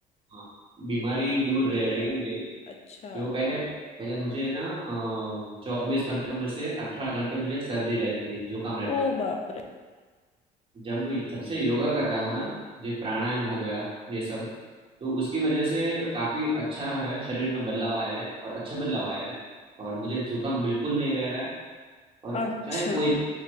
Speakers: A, on the right; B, on the left.
A: हाँ बीमारी
B: पीस
A: दूर
B: मिलता
A: रह रही है
B: है
A: मेरी
B: अच्छा
A: जो पहले पहले मुझे ना चौबीस घंटे में से अठारह घंटे मुझे सर्दी रहती थी जुकाम रहता
B: ओ
A: था
B: बाप रे
A: जब जब से योगा कर रहा हूँ ना ये प्राणायाम हो गया ये सब तो उसकी वजह से काफी अच्छा है शरीर में बदलाव आया है और अच्छे बदलाव आया है और मुझे जुकाम बिल्कुल नहीं रह रहा है और
B: अच्छा
A: चाहे कोई